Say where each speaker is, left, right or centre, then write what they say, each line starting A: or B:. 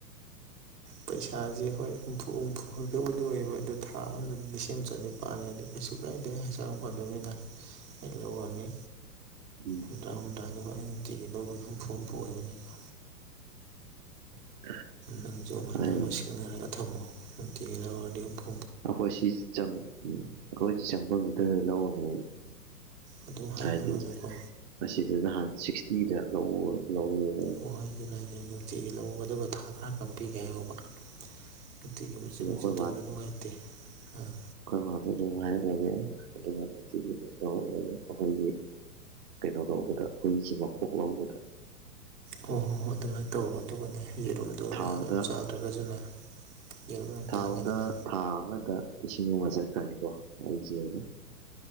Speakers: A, on the right; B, on the right.
A: ꯄꯩꯁꯥꯖꯤ ꯍꯣꯏ ꯍꯨꯝꯐꯨ ꯍꯨꯝꯐꯨ ꯈꯛꯇꯕꯨꯗꯤ ꯑꯣꯏꯕ ꯑꯗꯣ ꯊꯥ ꯑꯝꯗꯗꯤ ꯂꯤꯁꯤꯡꯑꯝ ꯆꯥꯅꯤ ꯄꯥꯅꯤ ꯑꯗꯨ ꯀꯩꯁꯨ ꯀꯥꯏꯗꯦ ꯍꯛꯆꯥꯡ ꯐꯗꯣꯏꯃꯤꯅ ꯑꯩ ꯂꯧꯔꯅꯤ
B: ꯎꯝ
A: ꯍꯨꯝꯗ꯭ꯔꯥ ꯍꯨꯝꯗ꯭ꯔꯥꯗꯣ ꯑꯩꯅ ꯇꯤꯀꯤ ꯂꯧꯕꯩ ꯍꯨꯝꯐꯨ ꯍꯨꯝꯐꯨ ꯑꯣꯏꯕꯅꯦꯕ
B: <inaudible>
A: ꯅꯪ ꯌꯣ ꯃꯥꯅꯉ
B: ꯑꯩ
A: ꯁꯦꯡꯅꯔꯒ ꯊꯝꯃꯣ ꯅꯨꯡꯝꯇꯒꯗ ꯋꯥꯔꯤꯗꯤꯐꯨ
B: ꯑꯈꯣꯏ ꯁꯤ ꯆꯪ ꯑꯩꯈꯣꯏ ꯁꯤ ꯆꯪꯕꯝꯗꯨꯗ ꯂꯧꯔꯅꯤꯌ
A: ꯑꯗꯨꯝ ꯍꯥꯏꯅꯔꯛꯑꯣꯕꯀꯣ
B: ꯍꯥꯏꯗꯤ ꯑꯁꯤꯗ ꯅꯍꯥꯟ ꯁꯤꯛꯁꯇꯤꯗ ꯂꯧꯑꯣ ꯂꯧꯔꯑꯦꯕ
A: ꯍꯣꯏ ꯑꯗꯨꯅ ꯍꯥꯏꯁꯤꯗꯤ ꯅꯨꯡꯇꯤꯒꯤ ꯂꯧꯒꯗꯕ ꯊꯥ ꯈꯔ ꯀꯝꯄꯤꯒꯦꯍꯧꯕ ꯅꯨꯡꯇꯤꯒꯤ ꯃꯆꯦꯠ
B: ꯑꯩꯈꯣꯏ
A: ꯃꯆꯦꯠ ꯇꯧꯕꯗꯨ ꯅꯨꯡꯉꯥꯏꯇꯦ ꯑꯥ
B: ꯈꯣꯏ ꯃꯥꯗ ꯑꯗꯨꯝ ꯍꯥꯏꯍꯂꯒꯦ ꯑꯗꯨꯒ ꯅꯨꯡꯇꯤꯒꯤ ꯕꯖꯟ ꯇꯧꯍꯂꯒꯦ ꯑꯈꯣꯏꯒꯤ ꯀꯩꯅꯣ ꯇꯧꯕꯗ ꯍꯨꯏꯁꯤ ꯃꯣꯛ ꯂꯧꯕꯗ
A: ꯍꯣ ꯍꯣ ꯍꯣ ꯑꯗꯨꯃꯥꯏꯟ ꯇꯧꯔꯣ ꯑꯗꯨꯒꯅꯦ ꯌꯦꯔꯨꯝꯗꯨꯣ
B: ꯊꯥꯎꯗ
A: ꯃꯌꯥꯝ ꯌꯥꯝ ꯆꯥꯗ꯭ꯔꯒꯁꯨꯅꯦ ꯌꯦꯔꯨꯝ ꯌꯥꯝ
B: ꯊꯥꯎꯗ
A: ꯇꯥꯡꯉꯦꯗꯅ
B: ꯊꯥ ꯑꯃꯗ ꯂꯤꯁꯤꯡ ꯑꯃ ꯆꯠꯈ꯭ꯔꯅꯤꯀꯣ ꯑꯥꯏꯖꯦ ꯑꯣꯏꯅ